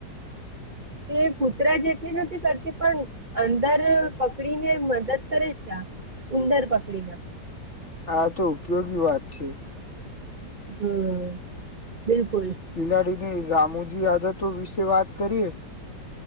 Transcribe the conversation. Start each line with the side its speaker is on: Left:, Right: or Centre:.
Right: તે કૂતરા જેટલી નથી કરતી પણ અંદર પકડીને મદદ કરે છે આ ઉંદર પકડીને
Left: આ તો ઉપયોગી વાત છે
Right: હમ બિલકુલ
Left: બિલાડીની રામુજી આદતો વિશે વાત કરીએ